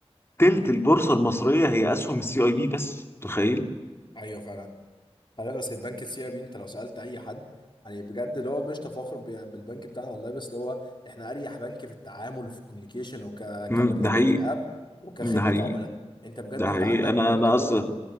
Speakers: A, on the left (about 25°); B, on the left (about 45°).
A: تلت
B: مم.
A: البورصة المصرية هي أسهم السي أي بي بس تخيل
B: ايوه فعلا حضرتك اصل البنك السي اي بي انت لو سالت اي حد يعني بجد اللي هو مش تفاخر ب- بالبنك بتاعنا والله بس اللي هو احنا اريح بنك في التعامل وفي الكوميونيكيشن وك كبرنامج
A: مم، ده حقيقي
B: كاب وكخدمه
A: ده حقيقي
B: عملاء انت بجد
A: ده
B: انت
A: حقيقي
B: عندك
A: أنا
B: بنك
A: أنا
B: اللي
A: أصلا
B: هو